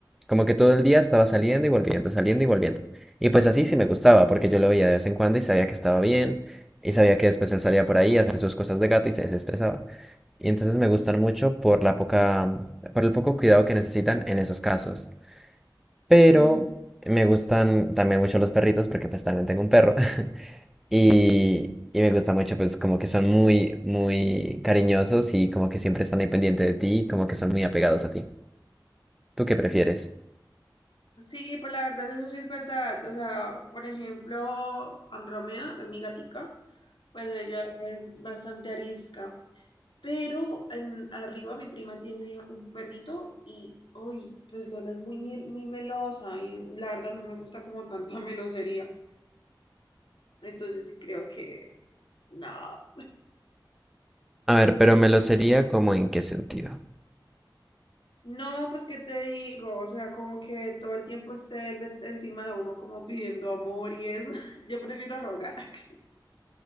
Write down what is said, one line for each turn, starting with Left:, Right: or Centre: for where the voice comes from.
Centre: como que todo el día estaba saliendo y volviendo, saliendo y volviendo. Y pues así sí me gustaba, porque yo lo veía de vez en cuando y sabía que estaba bien, y sabía que después él salía por ahí a hacer sus cosas de gato y se desestresaba. Y entonces me gustan mucho por la poca, por el poco cuidado que necesitan en esos casos. Pero
Left: Ujú.
Centre: me gustan también mucho los perritos, porque pues también tengo un perro. <laughs> Y, y me gusta mucho, pues como que son muy, muy cariñosos y como que siempre están ahí pendiente de ti, como que son muy apegados a ti. ¿Tú qué prefieres?
Left: Sí, pues la verdad, eso sí es verdad. O sea, por ejemplo, Andrómeda es mi gatica, pues ella es bastante arisca. Pero en, arriba mi prima tiene un perrito y hoy, pues Lola es muy, miel- muy melosa y la verdad no me gusta como tanta <laughs> melosería. Entonces creo que no.
Centre: A ver, pero me lo sería como en qué sentido.
Left: No, pues qué te digo, o sea, como que todo el tiempo estén de- encima de uno como pidiendo amor y eso. <laughs> Yo prefiero rogar. <laughs>